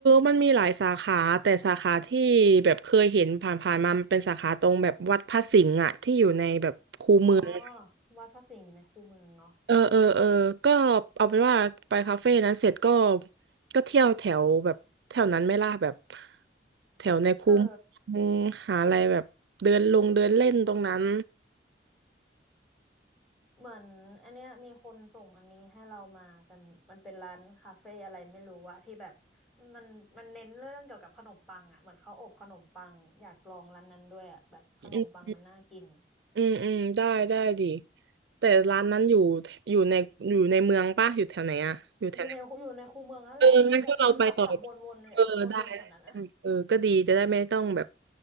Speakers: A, on the right; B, in the centre.
A: มันมีหลายสาขาแต่สาขาที่แบบเคยเห็นผ่านๆมามันเป็นสาขาตรงแบบวัดพระสิงห์อะที่อยู่ในแบบคูเมืองอะ
B: อ๋อวัดพระสิงห์อยู่ในคูเมืองเนาะ
A: เออเออเออก็เอาเป็นว่าไปคาเฟ่นั้นเสร็จก็ก็เที่ยวแถวแบบแถวนั้นไหม่ล่ะแบบแถวในคู
B: เออ
A: เมืองหาอะไรแบบเดินลงเดินเล่นตรงนั้น
B: เหมือนอันเนี้ยมีคนส่งอันนี้ให้เรามาเป็นมันเป็นร้านคาเฟ่อะไรไม่รู้อะที่แบบมันมันเน้นเรื่องเกี่ยวกับขนมปังอะเหมือนเขาอบขนมปังอยากลองร้านนั้นด้วยอะแบบขนมปังมันน่ากิน
A: อืมอืมอืมได้ได้ดิแต่ร้านนั้นอยู่อยู่ในอยู่ในเมืองป่ะอยู่แถวไหนอะอยู่แถวไหน
B: อยู่ในอยู่ในคูเมืองนั่นแหละน่าจะได้ขับขับวนวนวนวนๆแถวนั้นนะ
A: เอองั้นก็เราไปต่อเออได้เออก็ดีจะได้ไม่ต้องแบบ